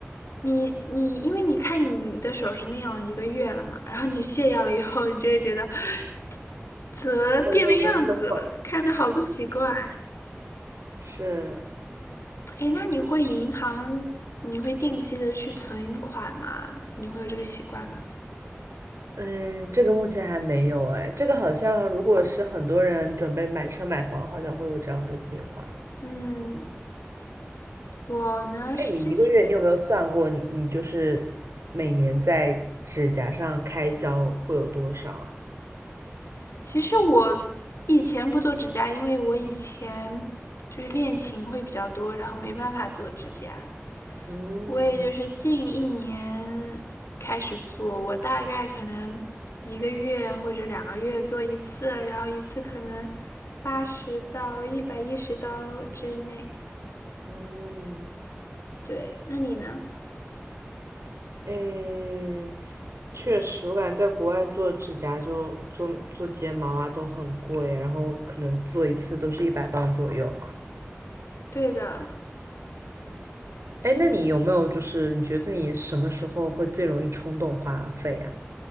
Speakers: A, on the left; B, on the right.
A: 你你，因为你看你的手是那样的一个月了嘛，然后你卸掉了以后，你就会觉得 <laughs> 怎么变了样子了，
B: 天呐，怎么这么丑？
A: 看着好不习惯，
B: 是，
A: 哎，那你会银行，你会定期的去存款吗？你会有这个习惯吗？
B: 嗯，这个目前还没有哎，这个好像如果是很多人准备买车买房，好像会有这样的计划。
A: 嗯，我呢是之前，
B: 哎，你一个月你有没有算过你你就是每年在指甲上开销会有多少啊？
A: 其实我以前不做指甲，因为我以前就是练琴会比较多，然后没办法做指甲。
B: 嗯
A: 我也就是近一年开始做，我大概可能一个月或者两个月做一次，然后一次可能八十到一百一十刀之内。
B: 嗯，
A: 对，那你呢？
B: 哎，确实，我感觉在国外做指甲就做做睫毛啊都很贵，然后可能做一次都是一百磅左右。
A: 对的，
B: 哎，那你有没有就是你觉得你什么时候会最容易冲动花费呀、